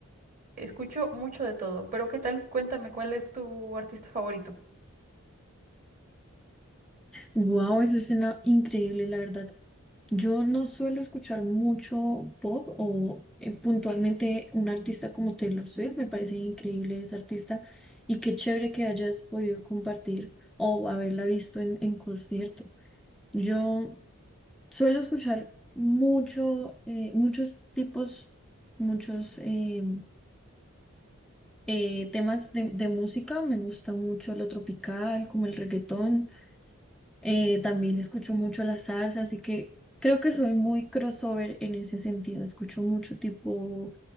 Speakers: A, on the right (about 40°); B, in the centre.
A: Escucho mucho de todo, pero ¿qué tal? Cuéntame, ¿cuál es tu artista favorito?
B: Wow, eso suena increíble, la verdad. Yo no suelo escuchar mucho pop o eh, puntualmente un artista como Taylor Swift, me parece increíble ese artista y qué chévere que hayas podido compartir o haberla visto en, en concierto. Yo suelo escuchar mucho, eh, muchos tipos, muchos eh, eh, temas de, de música, me gusta mucho lo tropical, como el reggaetón. Eh, también escucho mucho la salsa, así que creo que soy muy crossover en ese sentido. Escucho mucho tipo,